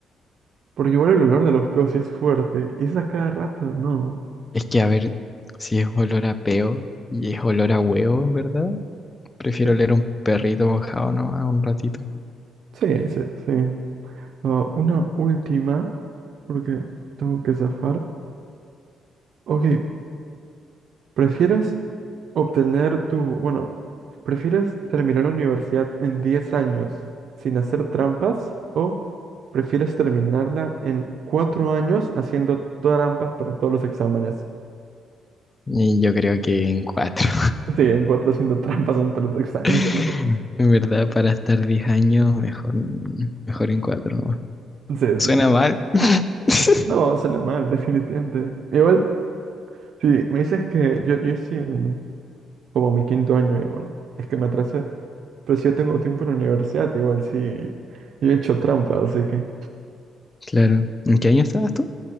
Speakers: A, on the right; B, on the left.
A: Porque igual el olor de los peos sí es fuerte. Y es a cada rato, no.
B: Es que, a ver, si es olor a peo y es olor a huevo, en verdad, prefiero
A: Eh,
B: oler un perrito mojado nomás un ratito.
A: Sí, sí, sí. Ah, una última, porque tengo que zafar. Ok, ¿prefieres Obtener tu, bueno, ¿prefieres terminar la universidad en 10 años sin hacer trampas o prefieres terminarla en 4 años haciendo trampas para todos los exámenes?
B: Y yo creo que en cuatro.
A: Sí, en cuatro haciendo trampas entre los exámenes.
B: <laughs>
A: No, sé.
B: En verdad, para estar 10 años, mejor, mejor en cuatro nomás.
A: Sí,
B: Suena
A: sí, sí.
B: mal. <laughs>
A: No, suena mal, definitivamente. Igual, sí, me dices que yo, yo sí en como mi quinto año, ya, bueno, es que me atrasé, pero si yo tengo tiempo en la universidad, igual sí, yo he hecho trampa, así que,
B: Claro. ¿En qué año estabas tú?